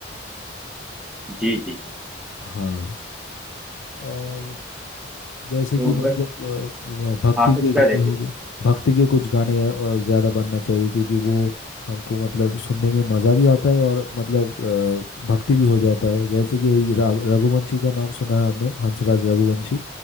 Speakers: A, in the centre; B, on the left.
A: जी जी जी
B: हाँ और जैसे
A: तो
B: कि मतलब
A: बस
B: अ, व- भक्ति
A: हाँ कुछ
B: के गाने
A: कह रहे थे
B: हो गए भक्ति के कुछ गाने अ, ज़्यादा बनना चाहिए क्योंकि वो हमको मतलब सुनने में मज़ा भी आता है और मतलब अ, भक्ति भी हो जाता है जैसे कि रा- रघुवंशी का नाम सुना है आपने हंसराज रघुवंशी